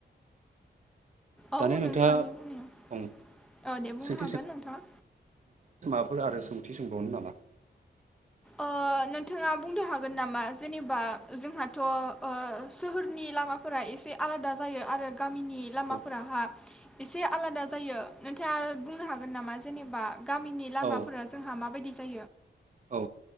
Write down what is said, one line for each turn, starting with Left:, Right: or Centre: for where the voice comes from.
Centre: औ
Right: दानिया नोंथाङा
Centre: नोंथांनि बुंनाया ओ दे बुंनो हागोन नोंथाङा
Right: <unintelligible> फोर आरो सोंथि सोंबावनो नामा?
Centre: ओ नोंथाङा बुंनो हागोन नामा जेनेबा जोंहाथ ओ सोहोरनि लामाफोरा एसे आलादा जायो आरो गामिनि लामाफोराहा
Right: औ
Centre: एसे आलादा जायो नोंथाङा बुंनो हागोन नामा जेनेबा गामिनि लामाफोरा
Right: औ
Centre: जोंहा माबायदि <unintelligible>
Right: औ